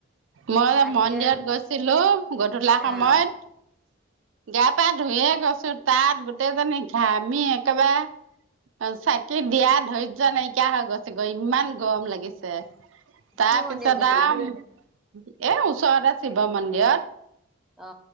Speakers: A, on the right; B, in the centre.
A: মই
B: আহিয়ে
A: মন্দিৰত গৈছিলোঁ, গধূলা সময়ত।
B: আহ
A: গা-পা ধুইয়ে গৈছোঁ। তাত গোটেইজনী ঘামি একেবাৰে অ'! চাকি দিয়া ধৈৰ্য্য নাইকিয়া, হৈ গৈছেগৈ। ইমান গৰম লাগি ছেম! তাৰপিছত,
B: কি মন্দিৰত গৈছিলি
A: আও এ, ওচৰতে শিৱ মন্দিৰত।
B: অ